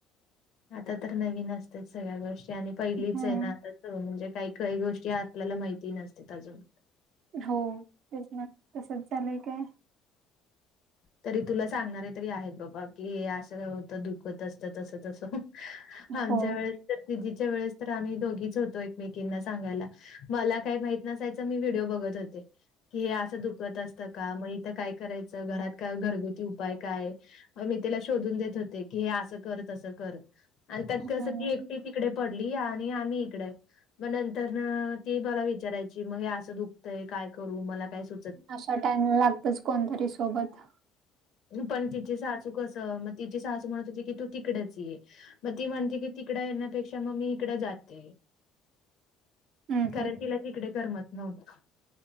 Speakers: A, on the left (about 60°); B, on the right (about 65°).
A: आता तर नवीन असत सगळ्या गोष्टी आणि पहिलीच
B: हम्म.
A: आहे ना आता म्हणजे काही काही गोष्टी आपल्याला माहिती नसते अजून
B: हो त्याच तसच झालंय काय?
A: तरी तुला सांगणारे तरी आहेत बाबा कि हे असं होत दुखत असत तस तस. आमच्या
B: हो
A: वेळेस तर तजीच्या वेळेस तर आम्ही दोघीच होतो एकमेकींना सांगायला. मला काही माहत नसायचं मी व्हिडिओ बघत होते. की हे असं दुखत असतं का, मग इथं काय करायचं, घरात. का घरगुती उपाय काय, मी त्याला शोधून देत होते, की हे असं कर, तसं कर. आणि त्यात
B: हम्म.
A: कसं ती एकटी तिकडे पडली, आणि आम्ही इकडे मग नंतर ना,, ती मला विचारायची मग हे असं दुखतंय काय करू, मला काय सुद.
B: अशा टाइमला लागतच कोणतरी सोबत.
A: पण तिची सासू कसं, मग तिची सासू म्हणत होती, की तू तिकडेच ये मग ती म्हणते की तिकड येण्यापेक्षा मग मी इकड जाते.
B: हम्म
A: कारण
B: हम्म
A: तिला तिकडे करमत नव्हत,,